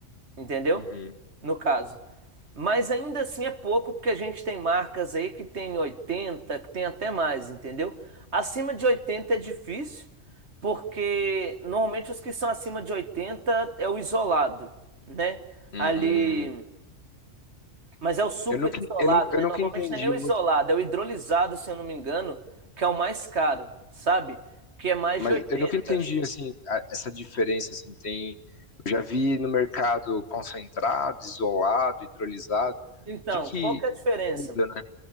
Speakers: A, on the right; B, on the left.
A: entendeu?
B: uhum,
A: No caso. Mas ainda assim é pouco, porque a gente tem marcas aí que tem 80, que tem até mais, entendeu? Acima de 80 é difícil, porque normalmente os que são acima de 80 é o isolado, né?
B: uhum.
A: Ali. Mas é o super
B: Eu nunca,
A: isolado,
B: eu nunca,
A: né?
B: eu nunca
A: Normalmente
B: entendi
A: não é nem o isolado,
B: muito.
A: é o hidrolisado, se eu não me engano, que é o mais caro, sabe? Que é mais
B: Mas
A: de 80.
B: eu nunca entendi assim a- essa diferença assim tem eu já vi no mercado concentrado, isolado, hidrolisado. O
A: Então,
B: que que
A: qual que é a diferença?
B: muda, né?